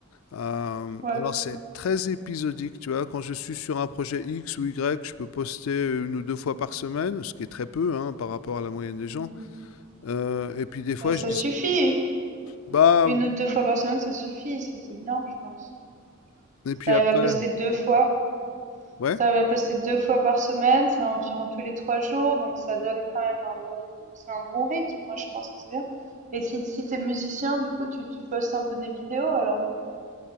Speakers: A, on the left (about 70°); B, on the right (about 35°).
A: Hem,
B: Ouais.
A: alors c'est très épisodique, tu vois? Quand je suis sur un projet X ou Y, je peux poster une ou 2 fois par semaine, ce qui est très peu, hein, par rapport à la moyenne des gens.
B: Mhm.
A: Heu et puis des fois
B: Bah, ça
A: je dis:
B: suffit.
A: «Bah»
B: Une ou deux fois par semaine, ça suffit. C'est c'est bien, je pense.
A: et
B: Si
A: puis
B: t'arrives
A: après
B: à poster deux fois.
A: ouais?
B: Ça va passer 2 fois par semaine, c'est environ tous les 3 jours, donc ça donne quand même un bon c'est un bon rythme, moi je pense que c'est bien. Et si si t'es musicien, du coup tu tu postes un peu des vidéos alors?